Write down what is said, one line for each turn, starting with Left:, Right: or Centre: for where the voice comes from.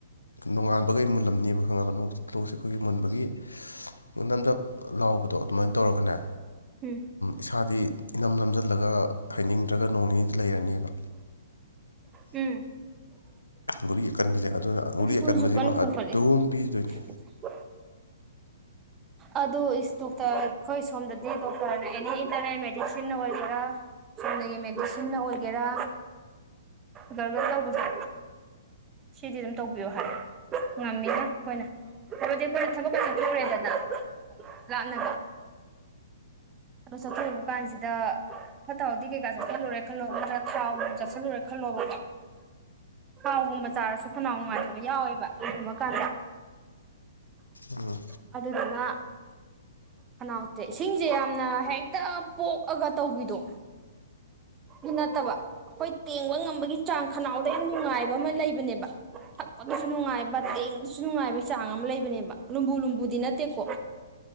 Left: ꯅꯣꯡꯉꯥꯟꯕꯉ ꯃꯨꯜꯂꯝꯅꯦꯕ ꯈꯪꯉꯕ ꯂꫭꯛꯁꯦ ꯑꯩꯈꯣꯏꯒꯤ ꯃꯨꯟꯕꯒꯤ ꯅꯞ ꯅꯞ ꯂꯥꯎꯕꯗꯣ ꯑꯗꯨꯃꯥꯏꯅ ꯇꯧꯔꯒꯅꯦ
Right: ꯎꯝ
Left: ꯏꯁꯥꯗꯤ ꯏꯅꯝ ꯅꯝꯖꯜꯂꯒ ꯍꯥꯏꯅꯤꯡꯗ꯭ꯔꯒ ꯅꯣꯡ ꯅꯤꯗꯤ ꯂꯩꯔꯅꯦꯕ
Right: ꯎꯝ
Left: ꯒꯨꯂꯤ ꯑꯀꯟꯕꯁꯦ ꯑꯗꯨꯅ ꯒꯨꯂꯤ
Right: ꯁꯨꯏꯁꯨ
Left: ꯑꯀꯟꯕꯁꯤꯃ
Right: ꯀꯟꯅ ꯈꯣꯡꯀꯠꯂꯤ
Left: ꯑꯗꯨꯝ ꯄꯤꯗꯣꯏꯅꯦ
Right: <inaudible> ꯑꯗꯨ ꯏꯁꯇꯣꯛꯇ ꯑꯩꯈꯣꯏ ꯁꯣꯝꯗꯗꯤ ꯗꫭꯛꯇ ꯑꯦꯅꯤ ꯏꯟꯇꯔ ꯃꯦꯗꯤꯁꯤꯟꯅ ꯑꯣꯏꯒꯦꯔꯥ ꯆꯨꯝꯅꯒꯤ ꯃꯦꯗꯤꯁꯤꯟꯅ ꯑꯣꯏꯒꯦꯔꯥ ꯒꯔꯒꯜ ꯇꯧꯕꯁꯦ ꯁꯤꯗꯤ ꯑꯗꯨꯝ ꯇꯧꯕꯤꯌꯣ ꯍꯥꯏꯌꯦ ꯉꯝꯃꯤꯒꯩ ꯑꯩꯈꯣꯏꯅ ꯍꯥꯏꯕꯗꯤ ꯑꯩꯈꯣꯏꯅ ꯊꯕꯛꯀ ꯆꯠꯊꫭꯛꯎꯔꯦꯗꯅ ꯂꯥꯞꯅ ꯑꯗꯣ ꯆꯠꯊꯣꯛꯎꯕ ꯀꯥꯟꯁꯤꯗ ꯐꯠꯇ ꯍꯥꯎꯗꯤ ꯀꯩꯀꯥ ꯆꯥꯁꯤꯜꯂꯨꯔꯦ ꯈꯜꯂꯣ ꯅꯠꯇ꯭ꯔ ꯊ꯭ꯔꯥꯎꯛ ꯆꯠꯁꯤꯜꯂꯨꯔꯦ ꯈꯜꯂꯣꯕꯀꯣ ꯊꯥꯎꯒꯨꯝꯕ ꯆꯥꯔꯁꯨ ꯈꯅꯥꯎ ꯅꯨꯡꯉꯥꯏꯇꯕ ꯌꯥꯎꯋꯦꯕ ꯀꯩꯒꯨꯝꯕ ꯀꯥꯟꯗ
Left: ꯎꯝ
Right: ꯑꯗꯨꯗꯨꯅ ꯈꯅꯥꯎꯖꯦ ꯏꯁꯤꯡꯖꯦ ꯌꯥꯝꯅ ꯍꯦꯛꯇ ꯄꯣꯛꯑꯒ ꯇꯧꯕꯤꯗꯣ ꯑ ꯅꯠꯇꯕ ꯑꯩꯈꯣꯏ ꯇꯦꯡꯕ ꯉꯝꯕꯒꯤ ꯆꯥꯡ ꯈꯅꯥꯎꯗ ꯌꯥꯝ ꯅꯨꯡꯉꯥꯏꯕ ꯑꯃ ꯂꯩꯕꯅꯦꯕ ꯊꯛꯄꯗꯁꯨ ꯅꯨꯡꯉꯥꯏꯕ ꯇꯦꯡꯕꯁꯨ ꯁꯨ ꯅꯨꯡꯉꯥꯏꯕꯒꯤ ꯆꯥꯡ ꯑꯃ ꯂꯩꯕꯅꯦꯕ ꯂꯨꯝꯕꯨ ꯂꯨꯝꯕꯨꯗꯤ ꯅꯠꯇꯦꯀꯣ